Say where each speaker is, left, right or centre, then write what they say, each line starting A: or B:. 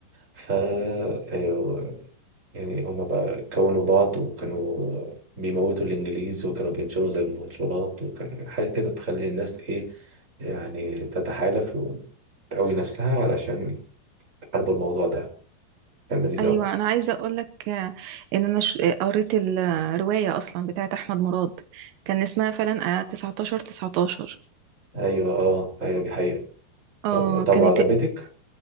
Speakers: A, on the right (about 15°); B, on the right (about 80°).
A: ف آه، يعني هما بقى كونوا بعض وكانوا بيموتوا الإنجليز وكانوا بينشروا زي المنشورات وكان حاجة كده تخلي الناس إيه يعني تتحالف وتقوي نفسها علشان يحاربوا الموضوع ده كان لذيذ
B: ايوه
A: أوي
B: انا عايزه اقول لك ان انا ش- قريت الروايه اصلا بتاعت احمد مراد كان اسمها فعلا آه، 19 19
A: أيوة أه أيوة دي حقيقة
B: اه
A: طب طب
B: كانت
A: وعجبتك؟